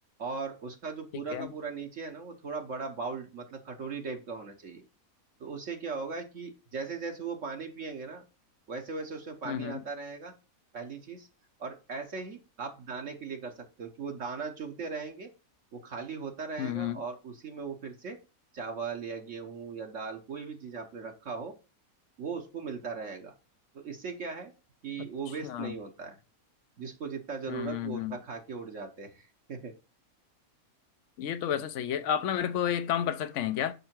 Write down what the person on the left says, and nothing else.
ठीक है
हम्म हम्म
हम्म
अच्छा
हम्म
हम्म,
हम्म।
ये तो वैसे सही है आप ना मेरे को एक काम कर सकते हैं क्या